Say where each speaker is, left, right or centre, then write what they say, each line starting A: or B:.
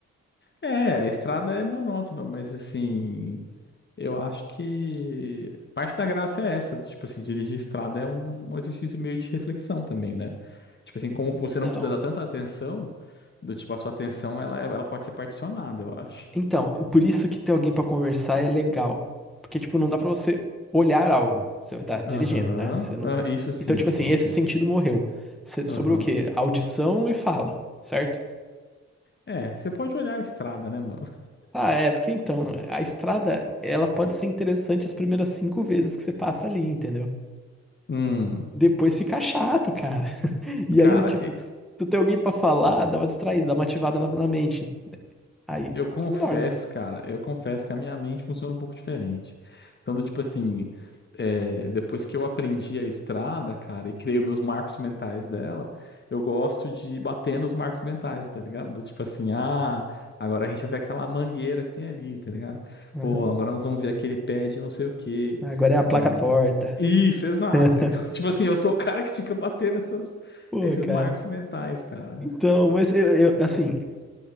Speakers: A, on the left; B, in the centre.
A: É, a estrada é monótona, mas assim, eu acho que parte da graça é essa, do, tipo assim, dirigir estrada é um exercício meio de reflexão também, né? Tipo assim, como que você
B: Então,
A: não precisa dar tanta atenção, do tipo, a sua atenção, ela, é- ela pode ser particionada, eu acho.
B: então, por isso que ter alguém pra conversar é legal. Porque, tipo, não dá pra você olhar algo. Você tá dirigindo,
A: Aham.
B: né? Você não...
A: Ah, isso sim,
B: Então, tipo
A: sim,
B: assim, esse
A: sim,
B: sentido
A: sim.
B: morreu. Você- sobre
A: Aham.
B: o quê? Audição e fala, certo?
A: É, você pode olhar a estrada, né, mano?
B: Ah, é, porque então, a estrada, ela pode ser interessante as primeiras
A: <laughs>
B: cinco vezes que você passa ali, entendeu?
A: Hum,
B: Depois fica chato, cara. E
A: cara,
B: aí, do tipo, tu tem alguém pra falar, dá uma distraída, dá uma ativada na, na mente. Aí,
A: Eu
B: tu
A: confesso,
B: não dorme.
A: cara, eu confesso que a minha mente funciona um pouco diferente. Então, do tipo assim, é, depois que eu aprendi a estrada, cara, e criei os meus marcos mentais dela, eu gosto de bater nos marcos mentais, tá ligado? Do tipo assim, ah, agora a gente vai ver aquela mangueira que tem ali, tá ligado?
B: Aham.
A: Pô, agora nós vamos ver aquele pé de não sei o quê.
B: Agora é a
A: Ou
B: placa
A: agora...
B: torta.
A: Isso, exato.
B: <laughs>
A: Então, <laughs> tipo assim, eu sou o cara que fica batendo essas,
B: Pô,
A: esses
B: cara.
A: marcos mentais, cara.
B: Então, mas eu, eu- assim,